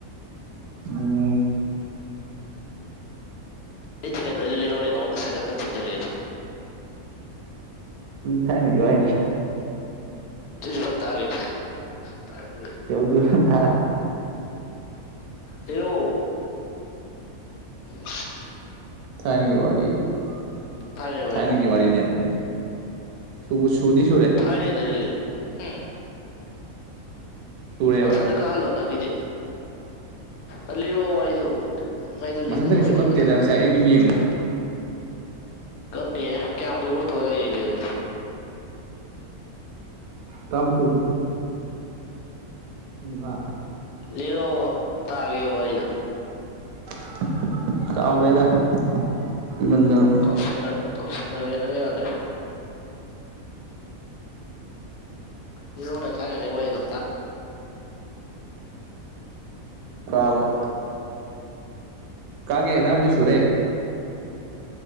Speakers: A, on the right; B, on the left.
A: ꯎꯝ꯫
B: ꯑꯩ ꯊꯤꯅꯦꯟ ꯂꯣꯏꯗ ꯂꯤꯔꯣꯅꯦ ꯅꯉꯣꯟꯗ ꯁꯦꯗꯟ ꯁꯤꯗꯤ ꯂꯩꯞ
A: ꯊꯥꯏꯅ ꯋꯥꯏꯊ
B: <unintelligible> ꯇꯔꯛꯄ ꯌꯥꯏ꯫
A: ꯌꯥꯎꯗꯨ <unintelligible>
B: ꯂꯤꯔꯣ <unintelligible>
A: ꯊꯥꯏꯅꯒꯤ ꯋꯥꯔꯤ <unintelligible>
B: ꯊꯥꯏꯅꯩ ꯋꯥꯔꯤ
A: ꯊꯥꯏꯅꯒꯤ ꯋꯥꯔꯤꯅꯦ꯫ ꯁꯨꯕꯨ ꯁꯨꯗꯤ ꯁꯨꯔꯦ
B: ꯊꯥꯏꯅꯗꯩ ꯑꯦꯂꯤ ꯍꯝ
A: ꯁꯨꯔꯦꯕ
B: ꯃꯊꯟꯗ ꯀꯥꯑꯜꯂꯣ ꯅꯪꯒꯤꯗꯤ ꯑꯂꯤꯔꯛꯑꯣ꯫ ꯑꯩꯗꯣ
A: ꯃꯊꯟꯇ
B: ꯂꯦꯗ ꯂꯣꯏꯔꯅꯤ
A: ꯀꯩꯁꯨ ꯀꯛꯇꯦꯗ
B: ꯃꯇꯝ
A: ꯉꯁꯥꯏ ꯑꯩꯅ ꯁꯨꯝ ꯌꯦꯡꯕꯗ
B: ꯀꯛꯅꯤꯌꯦ ꯀꯌꯥꯝ ꯀꯨꯏꯕꯥꯎ ꯇꯧꯌꯥ ꯌꯦꯡꯒꯦꯗ
A: ꯇꯥꯃꯊꯣꯏꯕꯧ ꯌꯦꯡꯉꯖꯦ꯫ ꯥꯑꯃꯨꯈ
B: ꯂꯤꯔꯛ ꯑꯣꯕ ꯇꯥꯒꯦ ꯋꯥꯔꯤꯗꯣ
A: <unintelligible> ꯀꯥꯎꯒꯔꯦꯗ <unintelligible> ꯀꯨꯏꯃꯟꯗꯅ꯫
B: ꯇꯧꯁꯟꯅ ꯇꯧꯁꯤꯟꯅꯔꯦ ꯅꯪ ꯌꯥꯗꯦ꯫ ꯂꯤꯔꯛ ꯑꯣꯅꯦ ꯊꯥꯏꯅꯉꯩ ꯋꯥꯔꯤꯗꯣ
A: ꯀꯥꯎꯒꯦ ꯀꯥꯒꯦ ꯇꯥꯔꯃꯥꯊꯣꯏ ꯁꯨꯔꯦ꯫